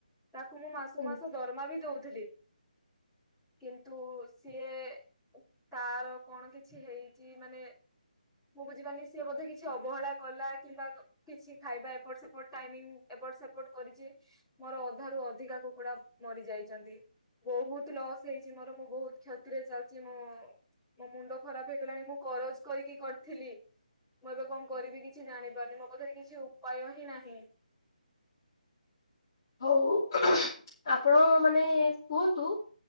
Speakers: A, in the centre; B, on the left.
A: ତାକୁ ମୁଁ ମାସୁକୁ
B: ଆଜ୍ଞା।
A: ମାସ ଦରମା ବି ଦଉଥିଲି। କିନ୍ତୁ ସିଏ ତାର କଣ କିଛି ହେଇଛି ମାନେ ମୁଁ ବୁଝିପାରୁନି ସିଏ ବୋଧେ କିଛି ଅବହେଳା କଲା କିମ୍ବା କ କିଛି ଖାଇବା ଏପଟ ସେପଟ ଟାଇମିଙ୍ଗ ଏପଟ ସେପଟ କରିଛି ମୋର ଅଧାରୁୁ ଅଧିକା କୁକୁଡା ମରି ଯାଇଛନ୍ତି। ବହୁତ ଲସ୍ ହେଇଛି ମୋର ମୁଁ ବହୁତ କ୍ଷତିରେ ଚାଲିଛି ମୁଁ ମୋ ମୁଣ୍ଡ ଖରାପ ହେଇଗଲାଣି ମୁଁ କରଜ କରିକି କରିି ଥିଲି ମୁଁ ଏବେ କଣ କରିବି କିଛି ଜାଣିପାରୁନି ମୋ ପାଖରେ କିଛି ଉପାୟ ହିଁ ନାହିଁ‌।
B: ହଉ ଆପଣ ମାନେ କୁହନ୍ତୁ?